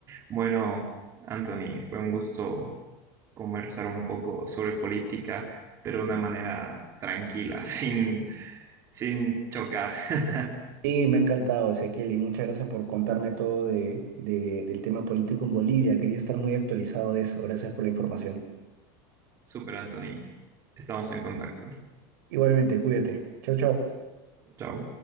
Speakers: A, on the right (about 25°); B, on the right (about 70°).
A: Bueno, Anthony, fue un gusto conversar un poco sobre política, pero de una manera tranquila, <laughs> sin, sin chocar. <laughs>
B: Y me ha encantado, Ezequiel, y muchas gracias por contarme todo de, de- del tema político en Bolivia. Quería estar muy actualizado de eso. Gracias por la información.
A: Super, Anthony. Estamos en contacto.
B: Igualmente, cuídate. Chau, chau.
A: Chao.